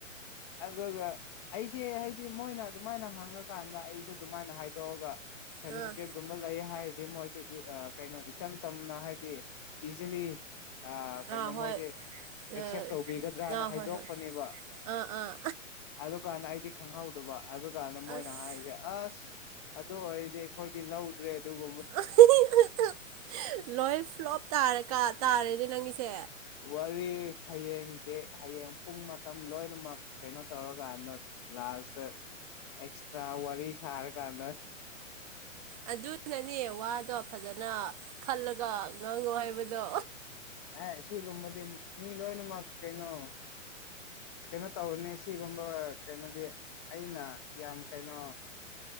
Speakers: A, on the left (about 20°); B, on the right (about 30°).
A: ꯑꯗꯨꯒ ꯑꯩꯁꯦ ꯍꯥꯏꯗꯤ ꯃꯣꯏꯅ ꯑꯗꯨꯃꯥꯏꯅ ꯍꯪ ꯉ ꯀꯥꯟꯗ ꯑꯩꯁꯨ ꯑꯗꯨꯃꯥꯏꯅ ꯍꯥꯏꯗꯣꯛꯑꯒ ꯁꯥꯔꯇꯤꯐꯤꯀꯦꯠꯀꯨꯝꯕ
B: ꯑꯥ
A: ꯂꯩ ꯍꯥꯏ ꯃꯣꯏꯁꯨ ꯀꯩꯅꯣ ꯏꯆꯝ ꯆꯝꯅ ꯍꯥꯏꯗꯤ ꯏꯖꯤꯂꯤ ꯑ ꯀꯩꯅꯣ
B: ꯑꯥ ꯍꯣꯏ
A: ꯃꯣꯏꯁꯦ ꯑꯦꯛꯁꯦꯞ
B: ꯑ
A: ꯇꯧꯕꯤꯒꯗ꯭ꯔꯅ
B: ꯑꯥ
A: ꯍꯥꯏꯗꯣꯛꯄꯅꯦꯕ
B: ꯍꯣꯏ ꯍꯣꯏ ꯑꯥ ꯑꯥ
A: ꯑꯗꯨꯀꯥꯟꯗ ꯑꯩꯗꯤ ꯈꯪꯍꯧꯗꯕ ꯑꯗꯨꯀꯥꯟꯗ ꯃꯣꯏꯅ
B: ꯑꯁ
A: ꯍꯥꯏꯔꯤꯁꯦ ꯑꯁ ꯑꯗꯨ ꯑꯣꯏꯔꯗꯤ ꯑꯩꯈꯣꯏꯗꯤ ꯂꯧꯗ꯭ꯔꯦ ꯑꯗꯨꯒꯨꯝꯕ
B: ꯑꯍꯤꯍꯤꯍꯛꯍꯛ ꯂꯣꯏ ꯐ꯭ꯂꯣꯞ ꯇꯥꯔꯀꯥ ꯇꯥꯔꯦꯅꯦ ꯅꯪꯒꯤꯁꯦ
A: ꯋꯥꯔꯤ ꯍꯌꯦꯡ ꯗꯦ ꯍꯌꯦꯡ ꯄꯨꯡ ꯃꯇꯝ ꯂꯣꯏꯅꯃꯛ ꯀꯩꯅꯣ ꯇꯧꯔꯀꯥꯟꯗ ꯂꯥꯁꯇ ꯑꯦꯛꯁꯇ꯭ꯔꯥ ꯋꯥꯔꯤ ꯁꯥꯔ ꯀꯥꯟꯗ
B: ꯑꯗꯨꯅꯅꯦ ꯋꯥꯗꯣ ꯐꯖꯅ ꯈꯜꯂꯒ ꯉꯥꯡꯉꯣ ꯍꯥꯏꯕꯗꯣ
A: ꯑꯦ ꯁꯤꯒꯨꯝꯕꯗꯤ ꯃꯤ ꯂꯣꯏꯅꯃꯛ ꯀꯩꯅꯣ ꯀꯩꯅꯣ ꯇꯧꯕꯅꯤ ꯁꯤꯒꯨꯝꯕ ꯀꯩꯅꯣꯗꯤ ꯑꯩꯅ ꯌꯥꯝ ꯀꯩꯅꯣ